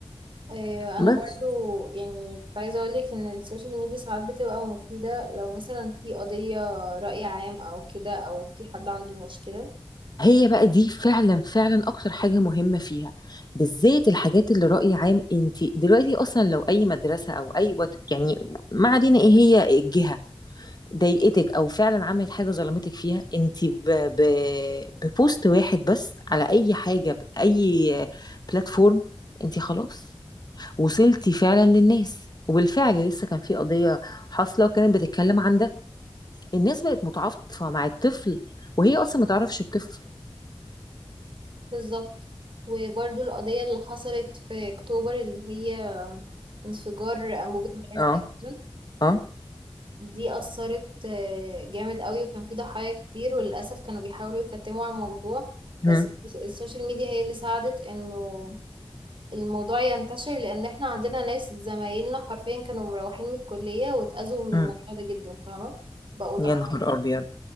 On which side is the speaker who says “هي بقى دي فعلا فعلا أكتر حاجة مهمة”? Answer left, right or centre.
Left